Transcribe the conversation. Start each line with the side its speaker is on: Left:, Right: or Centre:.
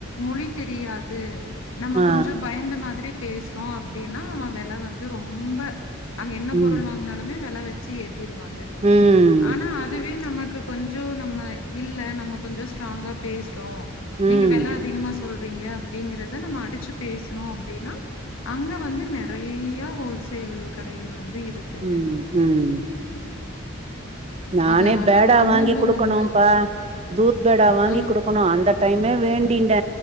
Left: மொழி தெரியாது நம்ம
Right: ஆ
Left: கொஞ்சோ பயந்த மாதிரி பேசறோ அப்டின்னா அவன் வெல வந்து ரொம்ப அங்க என்ன
Right: ம்
Left: பொருள் வாங்னாலுமே வெல வச்சி ஏ திருவாங்க
Right: ம்
Left: ஆனா அதுவே நமக் கொஞ்சோ நம்ம இல்ல நம்ம கொஞ்சோ ஸ்ட்ராங்கா பேசுறோ
Right: ம்
Left: நீங்க வெல அதிகமா சொல்றீங்க அப்டிங்கறத நம்ம அடிச்சி பேசனோ அப்டின்னா அங்க வந்து நெறைய ஹோல்சேல் கடைகள் வந்து இருக்குங்க.
Right: உம் உம் நானே
Left: அது அ
Right: பேடா
Left: அனுபவம்
Right: வாங்கி குடுக்கணும்ப்பா
Left: தான்.
Right: தூத் பேடா வாங்கி
Left: ஆ.
Right: குடுக்கணு அந்த டைமே வேண் டிட்ட